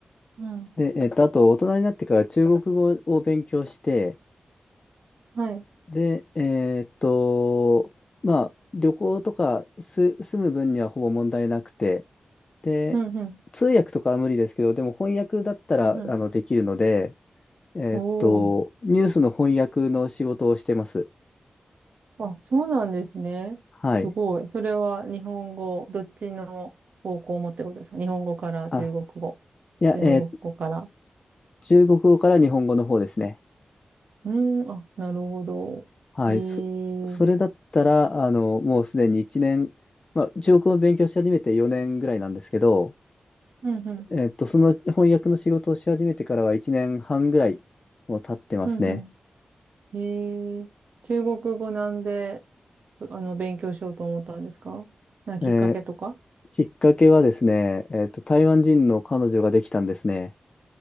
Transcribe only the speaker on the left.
で、えっと、あと、大人になってから中国語を勉強して、
で、えーっと、まあ、旅行とかす住む分にはほぼ問題なくて、で、
通訳とかは無理ですけど、でも翻訳だったらあのできるので、
えーっと、
ニュースの翻訳の仕事をしてます。
はい。
あ、いや、
えー中国語から日本語の方ですね。
はい。
そ、それだったら、あの、もうすでに1年、まあ、中国語を勉強し始めて4年ぐらいなんですけど、
えっと、その翻訳の仕事をし始めてからは1年半ぐらいもう経ってますね。
えーきっかけはですね、えっと、台湾人の彼女ができたんですね。